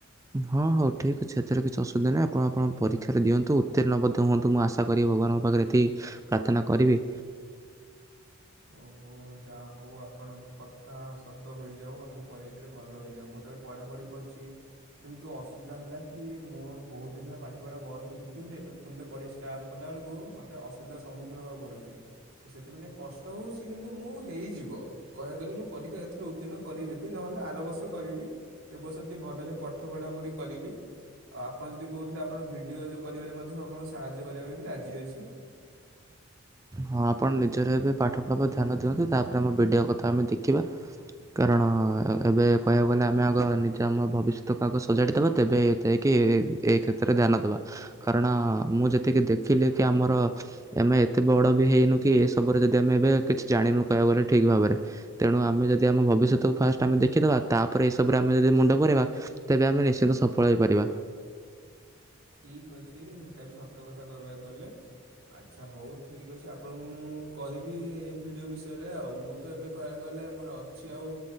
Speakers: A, on the right; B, on the right.
A: ହଁ ହଉ ଠିକ୍ ଅଛି ସେଥିରେ କିଛି ଅସୁବିଧା ନାହିଁ ଆପଣ ଆପଣ ପରୀକ୍ଷାରେ ଦିଅନ୍ତୁ ଉତ୍ତୀଣ୍ଣ ମଧ୍ୟ ହୁଅନ୍ତୁ ମୁଁ ଆଶା କରିବି ଭଗବାନଙ୍କ ପାଖେରେ ଏତିକି ପ୍ରାର୍ଥନା କରିବି।
B: ଓହୋ ଯାହା ହଉ ଆପଣଙ୍କ କଥା ସତ ହୋଇଯାଉ ଆମ ପରୀକ୍ଷାରେ ଭଲ ହେଇଯାଉ, ମୁଁ ତ ପଢ଼ାପଢ଼ି କରୁଚି। କିନ୍ତୁ ଅସୁବିଧା ହେଲା କି ମୁଁ ବହୁତ୍ ଦିନ୍ ହେଲା ପାଠପଢ଼ା ବନ୍ଦ କରିଦେଇଥିଲି ବୋଲି ଏବେ ଫୁଣି ଥରେ ପଢ଼ିବା ଷ୍ଟାର୍ଟ କଲା ବେଳକୁ ମତେ ଅସୁବିଧାର ସମ୍ମୁଖୀନ ହେବାକୁ ପଡୁଚି, ତ ସେଥିପାଇ ଟିକେ କଷ୍ ଷ୍ଟ ହଉ ସେ କିନ୍ତୁ ମୁଁ ହେଇଯିବ। କହିବାକୁ ଗଲେ ମୁଁ ପରୀକ୍ଷା ଏଥର ଉତ୍ତୀର୍ଣ କରିଦେବି ନହେଲେ ଆର ବର୍ଷ କରିବି। ଏ ବର୍ଷ ଟିକେ ଭଲରେ ପାଠ ପଢାପଢି କରିବି। ଆଉ ଆପଣ ଯଦି କହୁଥିଲେ ଆପଣ ଭିଡିଓ ଯୋଉ କରିବାରେ ମଧ୍ୟ ମୁଁ ଆପଣଙ୍କୁ ସାହାଯ୍ୟ କରିବା ପାଇଁ ବି ରାଜି ଅଛି।
A: ହଁ ଆପଣ ନିଜର ଏବେ ପାଠପଢ଼ା ପ୍ରତି ଧ୍ୟାନ ଦିଅନ୍ତୁ, ତାପରେ ଆମ ଭିଡିଓ କଥା ଆମେ ଦେଖିବା। କାରଣ ଏବେ କହିବାକୁ ଗଲେ ଆମେ ଆଗ ନିଜେ ଆମ ଭବିଷ୍ୟତକୁ ଆଗ ସଜାଡ଼ି ଦବା ତେବେ ଯାଇକି ଏ ଏଇ କ୍ଷେତ୍ରରେ ଧ୍ୟାନ ଦବା। କାରଣ ମୁଁ ଯେତିକି ଦେଖିଲି କି ଆମର ଆମେ ଏତେ ବଡ ବି ହେଇନୁ କି ଏସବୁ ରେ ଯଦି ଆମେ ଏବେ କିଛି ଜାଣିନୁ କହିବାକୁ ଗଲେ ଠିକ୍ ଭାବରେ। ତେଣୁ ଆମେ ଯଦି ଆମ ଭବିଷ୍ୟତକୁ ଫାଷ୍ଟ ଆମ ଦେଖିଦେବା, ତାପରେ ଏଇସବୁରେ ଆମେ ଯଦି ମୁଣ୍ଡ ପୁରେଇବା ତେବେ ଆମେ ନିଶ୍ଚିନ୍ତ ସଫଳ ହେଇପାରିବା।
B: ଠିକ ଅଛି ସେଟା ବି ସତ କଥା କହିବାକୁ ଗଲେ। ଆଚ୍ଛା ହଉ ଠିକ୍ ଅଛି, ଆପଣଙ୍କୁ ମୁଁ କହିବି ଏ ଭିଡିଓ ବିଷୟରେ, ଆଉ ମୁଁ ତ ଏବେ କହିବାକୁ ଗଲେ ମୋର ଅଛି ଆଉ